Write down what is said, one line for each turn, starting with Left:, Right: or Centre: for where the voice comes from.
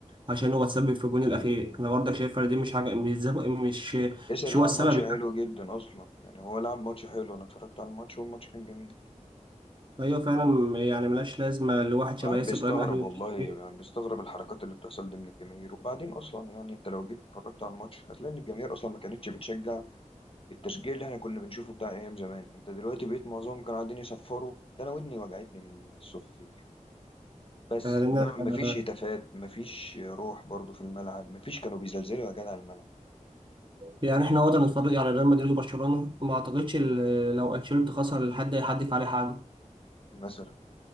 Right: عشان هو اتسبب في الجون الاخير انا برضك شايف إن دي مش حاجه مش مش
Left: ياسر
Right: مش
Left: لعب
Right: هو السبب
Left: ماتش حلو جدا أصلا يعني هو لعب ماتش حلو أنا اتفرجت على الماتش والماتش كان جميل
Right: ايوه فعلا يعني ملهاش لازمه لواحد شبه
Left: الواحد
Right: ياسر
Left: بيستغرب
Right: ابراهيم اهلي
Left: والله يعني بيستغرب الحركات اللي بتحصل دي من الجماهير وبعدين اصلا يعني انت لو جيت اتفرجت على الماتش هتلاقي ان الجماهير اصلا ما كانتش بتشجع بالتشجيع اللي احنا كنا بنشوفه بتاع ايام زمان انت دلوقتي بقيت معظمهم كانوا قاعدين يصفروا ده انا ودني وجعتني من الصفافير بس
Right: يعني
Left: انما
Right: أنا-
Left: ما فيش هتافات ما فيش روح برضو في الملعب ما فيش كانوا بيزلزلوا يا جدع الملعب
Right: يعني احنا وقت نتفرج على ريال مدريد وبرشلونه ما اعتقدش ال- لو انشيلوتي خسر الحد هيحدف عليه حاجه
Left: مثلا